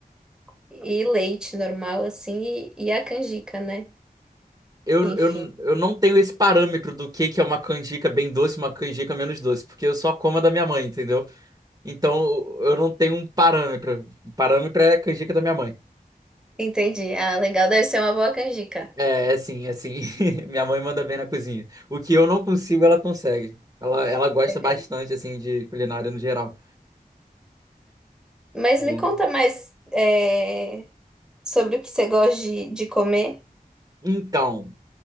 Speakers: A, in the centre; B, on the right.
A: e leite normal, assim, e, e a canjica, né?
B: Eu,
A: Enfim,
B: eu, eu não tenho esse parâmetro do que que é uma canjica bem doce, uma canjica menos doce, porque eu só como a da minha mãe, entendeu? Então eu não tenho um parâmetro. O parâmetro é a canjica da minha mãe.
A: entendi. Ah, legal, deve ser uma boa canjica.
B: É, é sim, é sim. <laughs> Minha mãe manda bem na cozinha. O que eu não consigo, ela consegue. Ela, ela gosta
A: Legal.
B: bastante, assim, de culinária no geral.
A: Mas
B: É.
A: me conta mais é, sobre o que você gosta de, de comer.
B: Então,